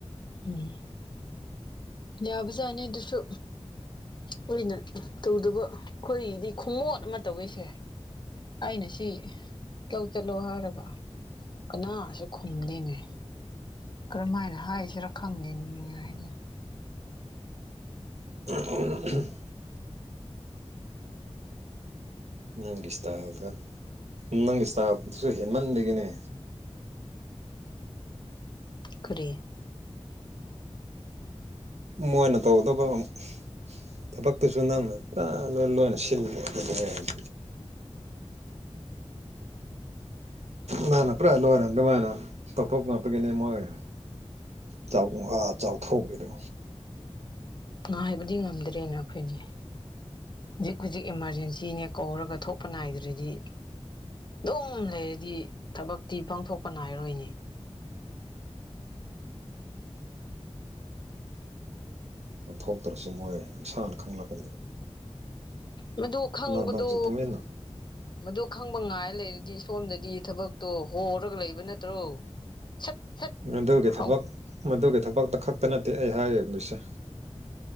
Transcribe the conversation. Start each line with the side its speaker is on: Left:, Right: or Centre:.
Left: ꯎꯝ ꯌꯥꯕꯖꯥꯠꯅꯦ ꯗꯨꯁꯨ ꯑꯣꯏꯅ ꯇꯧꯗꯕ ꯈꯣꯏꯒꯤꯗꯤ ꯈꯨꯃꯣꯠ ꯑꯃ ꯇꯧꯋꯦꯁꯦ ꯑꯩꯅ ꯁꯤ ꯂꯧ ꯆꯠꯂꯣ ꯍꯥꯏꯔꯒ ꯀꯅꯥꯁꯨ ꯈꯨꯝꯗꯦꯅꯦ ꯀꯔꯝ ꯃꯥꯏꯅ ꯍꯥꯏꯁꯤꯔꯥ ꯈꯪꯗꯦ ꯅꯨꯡꯉꯥꯏꯅꯦ
Right: <unintelligible> ꯅꯪꯒꯤ ꯁ꯭ꯇꯥꯏꯜꯒꯟ ꯅꯪꯒꯤ ꯁ꯭ꯇꯥꯏꯜꯗꯨꯁꯨ ꯍꯦꯟꯃꯟꯕꯒꯤꯅꯦ
Left: ꯀꯔꯤ?
Right: ꯃꯣꯏꯅ ꯇꯧꯗꯕ ꯑꯃꯨꯛ ꯎꯝ ꯊꯕꯛꯇꯨꯁꯨ ꯅꯪꯅ ꯄꯨꯔꯥ ꯂꯣꯏ ꯂꯣꯏꯅ ꯁꯤꯜꯂꯦ ꯑꯗꯨ <unintelligible> ꯍꯥꯏꯁꯦ ꯅꯪꯅ ꯄꯨꯔꯥ ꯂꯣꯏꯅ ꯑꯗꯨꯃꯥꯏꯅ ꯇꯧꯊꯣꯛꯄ ꯉꯛꯇꯒꯤꯅꯦ ꯃꯣꯏ ꯆꯥꯎ <unintelligible> ꯑꯥ ꯆꯥꯎꯊꯣꯛꯔꯤꯗꯣ
Left: ꯉꯥꯏꯕꯗꯤ ꯉꯝꯗ꯭ꯔꯦꯅ ꯑꯩꯈꯣꯏꯗꯤ ꯍꯧꯖꯤꯛ ꯍꯧꯖꯤꯛ ꯏꯃꯥꯔꯖꯦꯟꯁꯤꯅꯦ ꯀꯧꯔꯒ ꯊꯣꯛꯄ ꯅꯥꯏꯗ꯭ꯔꯗꯤ ꯑꯗꯨꯝ ꯂꯩꯔꯗꯤ ꯊꯕꯛꯇꯤ ꯄꯥꯡꯊꯣꯛꯄ ꯅꯥꯏꯔꯣꯏꯅꯦ <inaudible>
Right: ꯄꯥꯡꯊꯣꯛꯇ꯭ꯔꯁꯨ ꯃꯣꯏ ꯃꯁꯥꯅ ꯈꯪꯂꯛꯀꯅꯤ
Left: ꯃꯗꯨ ꯈꯪꯕꯗꯣ
Right: ꯅꯪ ꯅꯪꯁꯨ ꯇꯨꯃꯤꯟꯅ
Left: ꯃꯗꯨ ꯈꯪꯕ ꯉꯥꯏ ꯂꯩꯔꯗꯤ ꯁꯣꯝꯗꯗꯤ ꯊꯕꯛꯇꯣ ꯍꯣꯔꯒ ꯂꯩꯕ ꯅꯠꯇ꯭ꯔꯣ? ꯁꯠ ꯁꯠ
Right: ꯃꯗꯨꯒꯤ ꯊꯕꯛ
Left: ꯍꯧ
Right: ꯃꯗꯨꯒꯤ ꯊꯕꯛꯇ ꯈꯛꯇ ꯅꯠꯇꯦ ꯑꯩ ꯍꯥꯏꯔꯤꯕꯁꯦ